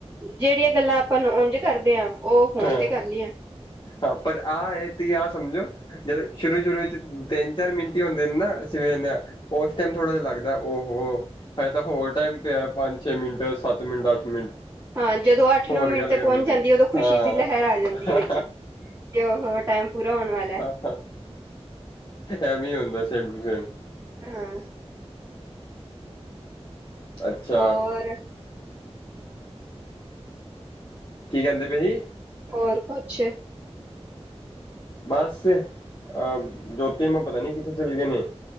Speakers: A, on the right; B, on the left.
A: ਜਿਹੜੀਆਂ ਗੱਲਾਂ ਆਪਾਂ ਨੂੰ ਉੰਝ ਕਰਦੇ ਹਾਂ। ਉਹ ਫੋਨ
B: ਹਾਂ
A: ਤੇ ਕਰ ਲਈ ਆ।
B: ਹਾਂ ਪਰ ਆ ਹੈ ਤੁਸੀ ਆ ਸਮਝੋ। ਜਦੋਂ ਸ਼ੁਰੂ-ਸ਼ੁਰੂ ਚ ਤਿੰਨ, ਚਾਰ ਮਿੰਟ ਹੀ ਹੁੰਦੇ ਨੇ ਨਾ ਅਸੀ ਵੇਖਨੇ ਆ। ਉਸ ਟਾਈਮ ਥੋੜ੍ਹਾ ਜਿਹਾ ਲੱਗਦਾ ਉਹ ਹੋ। ਹਜੇ ਤਾਂ ਹੋਰ ਟਾਈਮ ਪਿਆ ਪੰਜ-ਛੇ ਮਿੰਟ, ਸੱਤ ਮਿੰਟ, ਅੱਠ ਮਿੰਟ।
A: ਹਾਂ ਜਦੋਂ ਅੱਠ,
B: ਹੋਰ
A: ਨੌ ਮਿੰਟ
B: ਗੱਲ
A: ਤੇ
B: ਕਰਨੀ
A: ਪਹੁੰਚ
B: ਪਈ
A: ਜਾਂਦੀ ਉਦੋਂ-' ਖੁਸ਼ੀ
B: ਹਾਂ
A: ਦੀ ਲਹਿਰ ਆ ਜਾਂਦੀ
B: ਹਾਂ
A: ਹੈ ਵਿੱਚ ਕਿ ਉਹ ਹੋ ਟੈਮ ਪੂਰਾ ਹੋਣ ਵਾਲਾ ਹੈ।
B: ਹਾ ਐ ਵੇ ਹੀ ਹੁੰਦਾ ਸੇਮ ਟੂ ਸੇਮ।
A: ਹੂੰ
B: ਅੱਛਾ
A: ਹੋਰ
B: ਕੀ ਕਹਿੰਦੇ ਪਏਸੀ।
A: ਹੋਰ ਕੁਛ
B: ਬਸ ਅਹ <unintelligible> ਪਤਾ ਨੀ ਕਿੱਥੇ ਚਲੇ ਗਏ ਨੇ।